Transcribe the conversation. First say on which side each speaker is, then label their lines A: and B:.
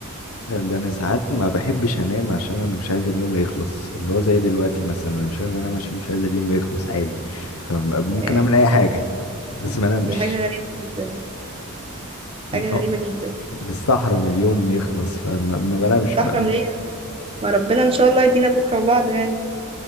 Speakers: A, on the left; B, on the right.
A: ده انا ساعات ما بحبش انام عشان انا مش عايز اليوم يخلص اللي هو زي دلوقتي مثلا انا مش عايز انام عشان مش عايز اليوم يخلص عادي فممكن
B: آه،
A: اعمل اي حاجه بس ما انامش
B: دي حاجه غريبه جدا حاجة
A: اللي
B: غريبة
A: هو
B: جدا
A: مستحرم اليوم يخلص فما ما بنامش
B: تحرم
A: ما,
B: ليه يعني ما ربنا ان شاء الله يدينا بكرة وبعده يعني